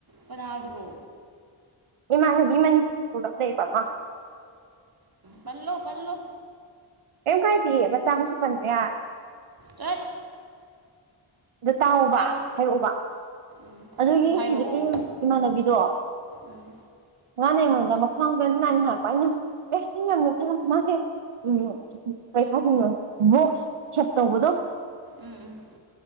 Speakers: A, on the right; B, on the right.
A: ꯀꯅꯥꯗꯔꯣ
B: ꯏꯃꯥꯟꯅꯕꯤ ꯃꯅꯤꯄꯨꯔꯗ ꯂꯩꯌꯦꯕ ꯑꯃ
A: ꯄꯜꯂꯣ ꯄꯜꯂꯣ
B: ꯀꯦꯝ ꯀꯥꯏꯗꯤꯌꯦ ꯃꯆꯥ ꯃꯁꯨ ꯄꯟꯕ ꯌꯥꯔ
A: ꯆꯠ
B: ꯑꯗꯨ ꯇꯥꯎꯑꯣꯕ
A: ꯍꯥꯏꯔꯣ
B: ꯍꯥꯏꯔꯛꯑꯣꯕ
A: ꯎꯝ
B: ꯑꯗꯨꯒꯤ
A: ꯍꯥꯏꯔꯛꯑꯣ
B: ꯍꯨꯖꯤꯛꯀꯤ ꯏꯃꯥꯟꯅꯕꯤꯗꯣ
A: ꯎꯝ
B: ꯃꯥꯅ ꯑꯩꯉꯣꯟꯗ ꯃꯈ꯭ꯋꯥꯡꯗ ꯇꯋꯦꯟꯇꯤ ꯅꯥꯏꯟ ꯥꯏꯔꯛꯄ ꯑꯩꯅ ꯑꯦ ꯅꯩ ꯌꯥꯝ ꯅꯣꯏꯈꯠꯂꯝꯃꯦ ꯃꯥꯁꯦ ꯎꯝ ꯀꯩ ꯍꯥꯏꯗꯣꯏꯅꯣ ꯕꯣꯛꯁ ꯁꯠ ꯇꯧꯕꯗꯣ
A: ꯎꯝ ꯎꯝ